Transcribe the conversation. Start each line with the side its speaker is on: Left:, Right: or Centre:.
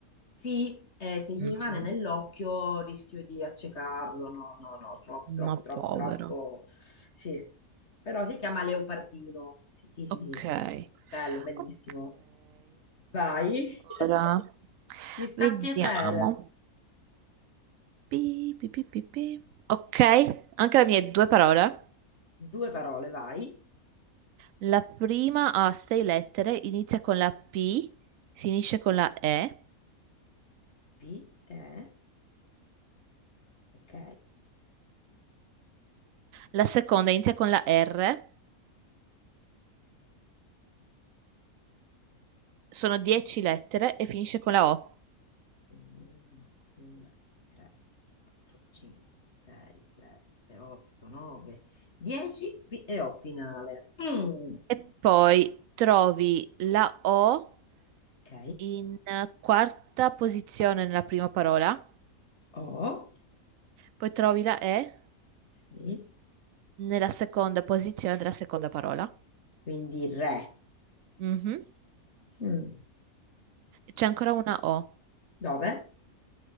Left: sì, eh, se gli
Right: mm,
Left: rimane nell'occhio rischio di accecarlo, no, no, no, troppo, troppo,
Right: Ma povero.
Left: troppo, troppo, sì. Però si chiama leopardino, sì, sì, sì,
Right: Ok.
Left: sì, bello, bellissimo.
Right: Ok.
Left: Vai, <laughs>
Right: Allora,
Left: mi sta
Right: vediamo.
Left: a piacere.
Right: Pi, pi, pi, pi, pi. Ok, anche le mie due parole.
Left: Due parole, vai.
Right: La prima ha sei lettere, inizia con la P, finisce con la E.
Left: P, E, ok.
Right: La seconda inizia con la R sono 10 lettere e finisce con la O.
Left: Quindi 1, 2, 3, 4, 5, 6, 7, 8, 9, 10 e ho finale. Mm,
Right: E poi trovi la O
Left: ok.
Right: in eh, quarta posizione nella prima parola,
Left: O.
Right: poi trovi la E
Left: Sì,
Right: nella seconda posizione della seconda parola.
Left: quindi re.
Right: Mhm.
Left: Mm.
Right: C'è ancora una O.
Left: 9,